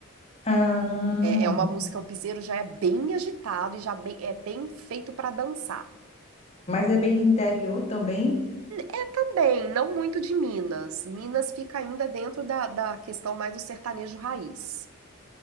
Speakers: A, on the left; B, on the right.
A: Ah,
B: É, é uma música, um piseiro já é bem agitado e já bem- é bem feito para dançar.
A: mas é bem de interior também.
B: É Também, não muito de Minas. Minas fica ainda dentro da, da questão mais do sertanejo raiz.